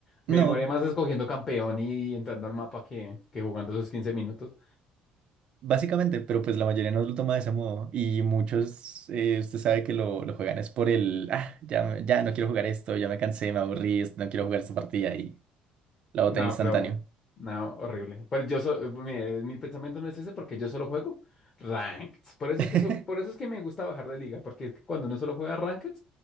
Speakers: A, on the right; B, on the left.
A: no,
B: Me demoré más escogiendo campeón y entrando al mapa que, que jugando esos 15 minutos.
A: básicamente, pero pues la mayoría no lo toma de ese modo y muchos, eh, usted sabe que lo, lo juegan es por el, ah, ya, me- ya no quiero jugar esto, ya me cansé, me aburrí, no quiero jugar esta partida y la botan
B: No,
A: instantáneo.
B: pero, no, horrible. Pero yo, so- mi, mi pensamiento no es ese porque yo solo juego ranked. Por eso
A: <laughs>
B: es que, so- por eso es que me gusta bajar de liga, porque es que cuando uno solo juega ranked,